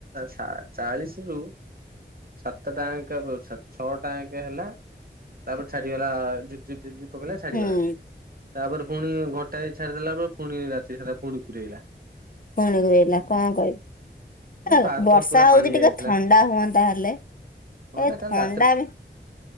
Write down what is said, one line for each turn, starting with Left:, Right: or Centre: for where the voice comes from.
Right: ସା ଚାଳିଶରୁ ସାତଟା ଆଙ୍କେ ଛଅଟା ଆଙ୍କେ ହେଲା ତାପରେ ଛାଡିଗଲା ଝିପି ଝିପି ଝିପି ଝିପି। ପକେଇଲା ଛାଡିଗଲା
Left: ହୁଁ।
Right: ତାପରେ ଫୁଣି ଘଣ୍ଟାଏ ଛାଡିଦେଲା ପରେ ଫୁଣି ରାତି ସାରା ପୁଣି ପୁରେଇଲା।
Left: ପୁଣି ଗୁରେଇଲା କଣ କହିବି
Right: ଏ ପାର୍କ
Left: ବର୍ଷା
Right: ବା ପୁରା
Left: ହଉଛି
Right: ପାଣି ହେଇଯାଇଥିଲା
Left: ଟିକେ ଥ ଥଣ୍ଡା ହୁଅନ୍ତା ହେଲେ ଏ
Right: କଣ ଟା କାଲି
Left: ଥଣ୍ଡା
Right: ରାତିରେ
Left: ବି